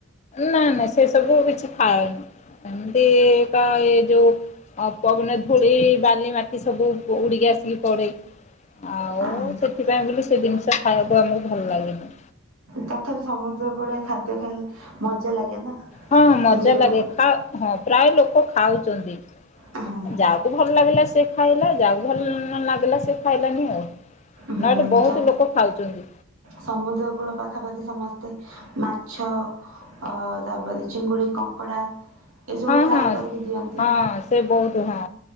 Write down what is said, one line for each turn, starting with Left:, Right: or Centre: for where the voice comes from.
Left: ନା ନା ସେ ସବୁ କିଛି ଖାଏନି ଏମିତି କା ଏ ଯୋଉ ପବନ ଧୂଳି ବାଲି ମାଟି ସବୁ ଉଡ଼ିକି ଆସିକି ପଡ଼େ ଆଉ
Right: ହଁ
Left: ସେଥିପାଇଁ ବୋଲି ସେ ଜିନିଷ ଖାଇବାକୁ ଆମକୁ ଭଲ ଲାଗେନି।
Right: ତଥାପି ସମୁଦ୍ର କୂଳେ ଖାଦ୍ୟ ଖାଇଲେ ମଜା ଲାଗେ ନା
Left: ହଁ ମଜା
Right: ସେ ଯୋଉ
Left: ଲାଗେ ଖାଅ ହଁ ପ୍ରାୟ ଲୋକ ଖାଉଛନ୍ତି
Right: ହଁ
Left: ଯାହାକୁ ଭଲ ଲାଗିଲା ସେ ଖାଇଲା ଯାହାକୁ ଭଲ ନ ଲାଗିଲା ସେ ଖାଇଲାନି ଆଉ।
Right: ହୁଁ
Left: ନହେଲେ ବହୁତ
Right: ତ
Left: ଲୋକ ଖାଉଛନ୍ତି
Right: ସମୁଦ୍ର କୂଳ ପାଖାପାଖି ସମ ମାଛ ଅ ତାପରେ ଚିଙ୍ଗୁଡ଼ି କଙ୍କଡ଼ା। ଏସବୁ
Left: ହଁ
Right: ଫ୍ରାଏ
Left: ହଁ
Right: କରିକି ଦିଅନ୍ତି।
Left: ହଁ ସେ ବହୁତ। ହଁ